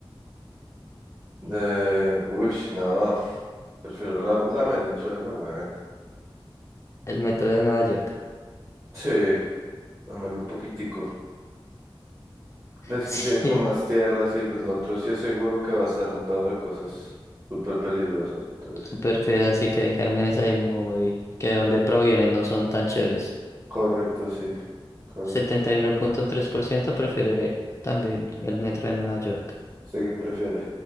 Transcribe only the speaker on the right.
Eh, uy, no, prefiero la- lamer el suelo, weón.
Sí, lamerlo un poquitico. Ves
que tiene como más tierra, sí, pero el otro sí es seguro que va a estar untado de cosas súper peligrosas, entonces.
Correcto, sí, correcto.
¿Usted qué prefiere?